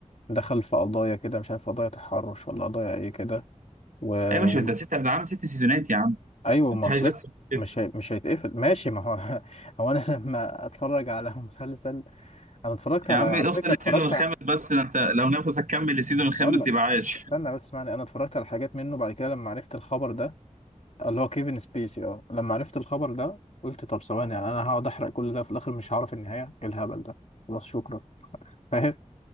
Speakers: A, on the left; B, on the right.
A: دخل في قضايا كده مش عارف قضايا تحرش ولا قضايا ايه كده و...
B: يا باشا
A: و...
B: ده ست ده عامل ست سيزونات يا عم
A: ايوه
B: انت
A: ما
B: عايز
A: خلص
B: اكتر من
A: مش
B: كده
A: هي... مش هيتقفل ماشي ما هو <laughs> هو انا لما اتفرج على مسلسل انا اتفرجت على
B: يا عم
A: على
B: اوصل
A: فكرة
B: للسيزون
A: اتفرجت
B: الخامس
A: ع-
B: بس ده انت لو نفسك كمل للسيزون الخامس
A: هقول لك
B: يبقى عايش
A: استنى
B: <laughs>
A: بس اسمعني انا اتفرجت على حاجات منه بعد كده لما عرفت الخبر ده اللي هو كيفن سبيسي اه لما عرفت الخبر ده قلت طب ثواني يعني انا هقعد احرق كل ده في الاخر مش هعرف النهايه ايه الهبل ده خلاص شكرا <laughs> فاهم